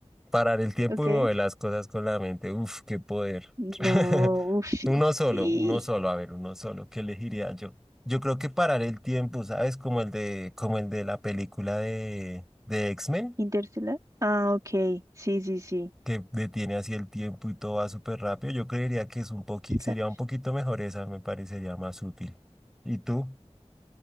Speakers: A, in the centre; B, on the right.
A: Parar el tiempo
B: Ok.
A: y mover las cosas con la mente. Uf, qué poder. <laughs>
B: No, uff,
A: Uno
B: sí.
A: solo, uno solo, a ver, uno solo. ¿Qué elegiría yo? Yo creo que parar el tiempo, ¿sabes? Como el de, como el de la película de, de X-Men,
B: ¿Interstellar? Ah, ok. Sí, sí, sí.
A: que detiene así el tiempo y todo va súper rápido. Yo creería que es un poqui, sería
B: Flash.
A: un poquito mejor esa, me parecería más útil. ¿Y tú?